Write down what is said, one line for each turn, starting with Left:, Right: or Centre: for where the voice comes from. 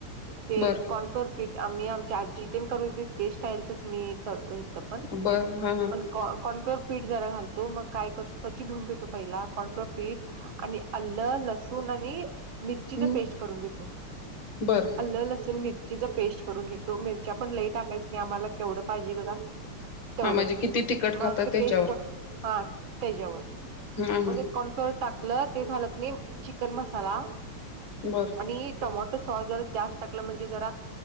Right: ते
Left: बर
Right: कॉर्नफ्लोर पीट आम्ही आमच्या आजी ते करूेत ते स्टाईलचच मी करतो इथ पण
Left: बर हा हम्म
Right: पण कॉनप्लअर पीठ जरा घालतो मग काय करतो स्वचछ धऊक घेतो पहिला कॉनप्लोर पीठ. आणि अल्लं लसूण आणि मिरचीचा
Left: हम्म
Right: पेस्ट करून घेतो
Left: बर
Right: हल्ल लसण मिर चीच पेस्ट करून घेतो मिरच्या पण लई टाकायची नाही आम्हाला केवढं पाहिजे बघा. तेवढंच
Left: हा म्हणजे किती तिखट खातात
Right: मग ते
Left: त्याच्यावर
Right: पेस्ट हा त्याच्यावर
Left: हा
Right: मग
Left: हा
Right: ते काँर्नफ्लावर टाकलं ते झालं कनयं चिकन मसाला
Left: बरं.
Right: आणि टोमॅटो सॉस जरा, जास्त टाकलं म्हणजे जरा